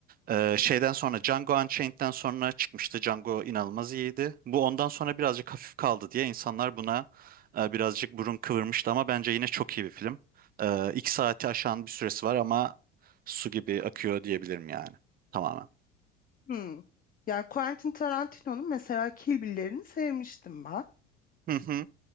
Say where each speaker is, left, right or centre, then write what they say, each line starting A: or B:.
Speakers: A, on the right (about 30°); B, on the left (about 25°).
A: Ee, şeyden sonra Django Unchained'den sonra çıkmıştı. Django inanılmaz iyiydi. Bu ondan sonra birazcık hafif kaldı diye insanlar buna e, birazcık burun kıvırmıştı ama bence yine çok iyi bir film. Ee, iki saati aşan bir süresi var ama su gibi akıyor diyebilirim yani. Tamamen.
B: Hmm. Yani Quentin Tarantino'nun mesela Kill Bill'lerini sevmiştim ben.
A: Hı hı.